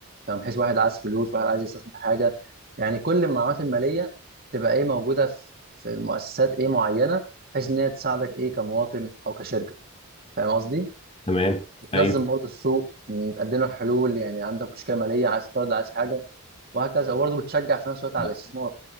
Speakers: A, on the right; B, on the left.
A: فاهم بحيث واحد عايز فلوس واحد عايز يستثمر حاجه يعني كل المعلومات الماليه تبقى ايه موجوده في في مؤسسات ايه معينه بحيث ان هي تساعدك ايه كمواطن او كشركه فاهم قصدي
B: تمام
A: بتنظم
B: ايوه
A: برضه السوق م، تقدم لك حلول يعني عندك مشكله ماليه عايز تقرض عايز حاجه وهكذا وبرضه بتشجع في نفس الوقت على
B: اه
A: الاستثمار